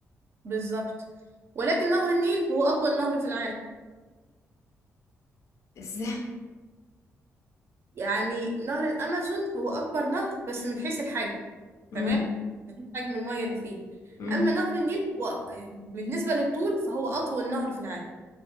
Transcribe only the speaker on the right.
بالظبط ولكن نهر النيل هو أطول نهر في العالم
يعني نهر الأمازون هو أكبر نهر بس من حيث الحجم
تمام من حيث حجم المية اللي فيه
أما نهر النيل هو آه، بالنسبة للطول فهو أطول نهر في العالم